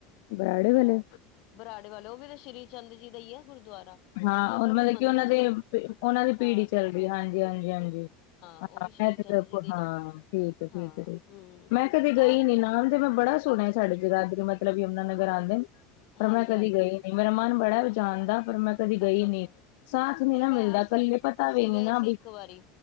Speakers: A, on the left (about 65°); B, on the left (about 50°).
A: ਬਰਾੜੇ ਵਾਲੇ
B: ਅਹ ਬਰਾੜੇ ਵਾਲੇ ਉਹ ਵੀ ਤਾਂ ਸ੍ਰੀ ਚੰਦ ਜੀ ਦਾ ਹੀ ਹੈ ਗੁਰਦੁਆਰਾ।
A: ਹਾਂ
B: ਵੀ ਉਹਨਾਂ
A: ਉਹ
B: ਨੂੰ
A: ਮਤਲਬ
B: ਹੀ ਮੰਨਦੇ
A: ਕਿ ਉਹਨਾਂ
B: ਨੇ
A: ਦੇ
B: ਉਹ ਵੀ
A: ਉਹਨਾਂ ਦੀ
B: ਹਾਂ
A: ਪੀੜੀ ਚੱਲ ਗਈ ਹਾਂਜੀ-ਹਾਂਜੀ, ਹਾਂਜੀ ਹਾਂ।
B: ਉਹ ਵੀ ਸ਼੍ਰੀ
A: ਹਾਂ ਠੀਕ
B: ਚੰਦ ਜੀ ਦੇ ਨਾ
A: ਏ-ਠੀਕ
B: ਹਾਂ
A: ਏ, ਠੀਕ
B: ਹਮ ਇਹ
A: ਮੈਂ ਕਦੇ ਗਈ ਨੀ ਨਾਮ ਤੇ ਮੈਂ ਬੜਾ ਸੁਣਿਆ
B: ਅੱਛਾ ਅੱਛਾ
A: ਸਾਡੇ ਜਗਾਦਰੀ ਮਤਲਬ ਯਮੁਨਾ ਨਗਰ ਆਉਂਦੇ ਨੇ ਪਰ
B: ਹਾਂਜੀ
A: ਮੈਂ ਕਦੀ
B: ਹਾਂਜੀ
A: ਗਈ ਨੀ ਮੇਰਾ ਮਨ ਬੜਾ ਜਾਣ ਦਾ ਪਰ ਮੈਂ ਕਦੀ ਗਈ
B: ਅੱਛਾ ਅੱਛਾ
A: ਨੀ ਸਾਥ ਨਹੀਂ ਨਾ
B: ਮੈਂ
A: ਮਿਲਦਾ
B: ਅਸੀਂ
A: ਕੱਲੇ ਪਤਾ
B: ਅਸੀਂ
A: ਵੀ ਨੀ
B: ਗਏ
A: ਨਾ।
B: ਸੀ ਇੱਕ ਵਾਰੀ